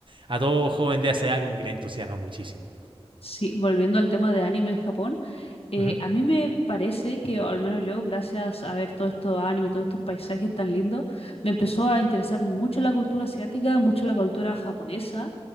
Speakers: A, on the right; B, on the left.
A: a todo joven de esa edad como que le entusiasma muchísimo.
B: sí, volviendo al tema de anime en Japón. Eh,
A: Ujú.
B: a mí me parece que, o al menos yo, gracias a ver todo esto anime, y todos estos paisajes tan lindos, me empezó a interesar mucho la cultura asiática, mucho la cultura japonesa.